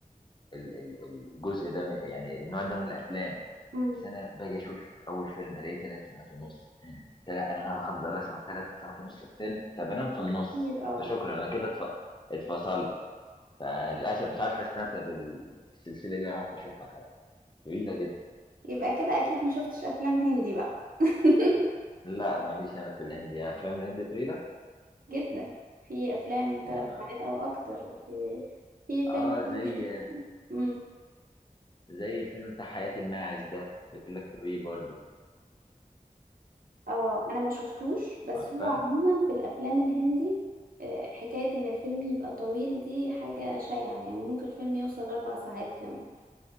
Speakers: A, on the left (about 30°); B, on the right (about 75°).
A: ال- ال- الجزء ده من يعني النوع ده من الافلام
B: <laughs> مم.
A: بس انا باجي اشوف اول فيلم الاقيه ثلاث ساعات ونص تلا- انا هفضل اسمع ثلاث ساعات ونص الفيلم فبنام في النص
B: كتير اه
A: فشكرا انا كده اتف- اتفصلت فللاسف مش عارف استمتع بال- بالسلسله دي ولا عارف اشوفها طويلة جدا
B: يبقى كده اكيد ما شفتش افلام هندي بقى <laughs>
A: لا ماليش أنا في الهندي أفلام الهندي طويلة
B: جدا في افلام
A: يا
B: ثلاث
A: نهار
B: ساعات
A: أسود
B: او اكتر في في
A: أه
B: فيلم
A: زي
B: هندي شفت امم
A: زي الفيلم بتاع حياة الماعز ده بيقول لك طويل برضه
B: اه انا ما شفتوش بس
A: عارفاه
B: هو عموما في الافلام الهندي آه، حكاية ان الفيلم يبقى طويل دي حاجة شائعة يعني ممكن الفيلم يوصل اربع ساعات كمان